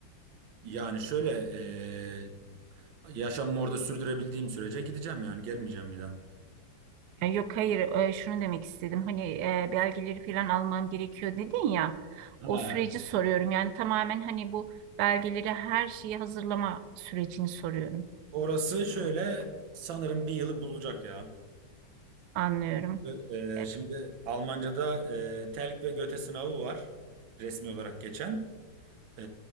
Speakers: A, on the right; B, on the right.
A: Yani şöyle eee yaşamımı orada sürdürebildiğim sürece gideceğim yani gelmeyeceğim bir daha.
B: E, Yok hayır e, şunu demek istedim hani e, belgeleri falan almam gerekiyor dedin ya
A: Ha.
B: o süreci soruyorum yani tamamen hani bu belgeleri her şeyi hazırlama sürecini soruyorum
A: Orası şöyle sanırım bir yılı bulacak ya.
B: anlıyorum
A: Ve,
B: E,
A: e, şimdi Almanca'da e, Telk ve Göte sınavı var resmi olarak geçen. E,